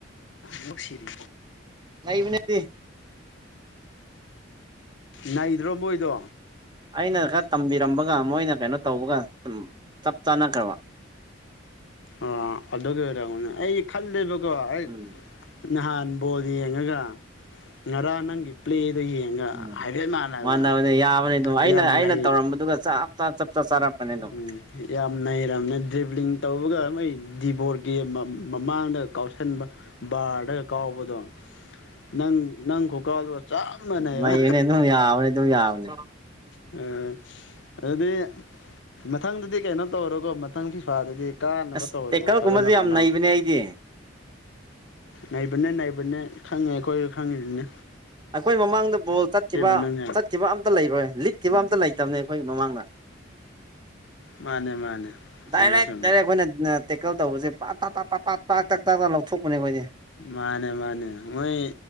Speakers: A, on the left (about 60°); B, on the right (about 20°).
A: ꯍꯨ ꯁꯤꯔꯤ
B: ꯀꯅꯦꯗꯤ
A: ꯅꯩꯗ꯭ꯔꯣ ꯃꯣꯏꯗꯣ
B: ꯑꯩꯅ ꯈꯔ ꯇꯝꯕꯤꯔꯝꯕꯒ ꯃꯣꯏꯅ ꯀꯩꯅꯣ ꯇꯧꯕꯒ ꯆꯞ ꯆꯥꯅꯈ꯭ꯔꯦꯕ
A: ꯑ ꯑꯗꯨꯒꯤ ꯑꯣꯏꯔꯅꯦ ꯑꯩ ꯈꯜꯂꯦꯕꯀꯣ ꯑꯩ
B: ꯎꯝ
A: ꯅꯍꯥꯟ ꯕꯣꯔꯤ ꯉꯒ ꯉꯔꯥꯡ ꯅꯪꯒꯤ ꯄ꯭ꯂ ꯑꯗꯨ ꯌꯦꯡꯉ
B: ꯎꯝ
A: ꯍꯥꯏꯐꯦꯠ ꯃꯥꯟꯅꯕ
B: ꯃꯥꯟꯅꯕꯅꯦ ꯌꯥꯕꯅꯦ ꯑꯗꯨꯝ ꯑꯩꯅ
A: ꯌꯥꯝꯅꯩ
B: ꯑꯩꯅ ꯇꯧꯔꯝꯕꯗꯨꯒ ꯆꯞ ꯆꯥ ꯆꯞ ꯆꯥ ꯆꯥꯔꯛꯄꯅꯦ ꯑꯗꯨꯝ
A: ꯎꯝ ꯌꯥꯝ ꯌꯥꯝ ꯅꯔꯝꯅ ꯗ꯭ꯚꯂꯤꯡ ꯇꯧꯕꯒ ꯃꯣꯏ ꯗꯤꯕꯣꯔꯒꯤ ꯃꯃꯥꯡꯗ ꯀꯥꯎꯁꯟꯕ ꯕꯥꯔꯗꯒ ꯀꯥꯎꯕꯗꯣ ꯅꯪ ꯅꯪ ꯈ ꯀꯥꯎꯗꯣ ꯆ ꯃꯅꯕ
B: ꯅꯩꯕꯅꯦ ꯑꯗꯨꯝ ꯌꯥꯕꯅꯦ ꯑꯗꯨꯝ ꯌꯥꯕꯅꯦ
A: ꯎꯝ ꯑꯗꯨꯗꯤ ꯃꯊꯪꯗꯗꯤ ꯀꯩꯅꯣ ꯇꯧꯔꯣꯀꯣ ꯃꯊꯪ ꯐꯤꯐꯥꯗꯗꯤ ꯀꯥꯟꯅꯕ
B: ꯑꯁ
A: ꯇꯧꯔꯔꯕ
B: ꯇꯦꯛꯀꯜꯒꯨꯝꯕꯁꯦ
A: ꯐꯖꯅ ꯍꯣꯠꯅꯧ
B: ꯌꯥꯝ ꯅꯩꯕꯅꯦ ꯑꯩꯗꯤ
A: ꯅꯕꯅꯦ ꯅꯩꯕꯅꯦ ꯈꯪꯉꯦ ꯑꯩꯈꯣꯏ ꯈꯪꯉꯤꯗꯨꯅꯦ
B: ꯑꯩꯈꯣꯏ ꯃꯃꯥꯡꯗ ꯕꯣꯜ ꯆꯠꯈꯤꯕ
A: ꯅꯪꯁꯦ
B: ꯆꯠꯈꯤꯕ ꯑꯝꯇ ꯂꯩꯔꯣꯏ ꯂꯤꯠꯈꯤꯕ ꯑꯝꯇ ꯂꯩꯇꯕꯅꯦ ꯑꯩꯈꯣꯏꯒꯤ ꯃꯃꯥꯡꯗ
A: ꯃꯥꯅꯦ ꯃꯥꯅꯦ
B: ꯗꯥꯏꯔꯦꯛ
A: ꯆꯨꯝꯃꯦ ꯆꯨꯝꯃꯦ
B: ꯗꯥꯏꯔꯦꯛ ꯑꯩꯈꯣꯏꯅ ꯀ ꯇꯧꯕꯁꯦ ꯄꯥꯛ ꯇ ꯇ ꯇꯥꯠ ꯄꯥꯛ ꯇꯛ ꯇꯥꯛ ꯇꯛ ꯂꯧꯊꯣꯛꯄꯅꯦ ꯑꯩ
A: ꯃꯥꯅꯦ ꯃꯥꯅꯦ ꯃꯣꯏ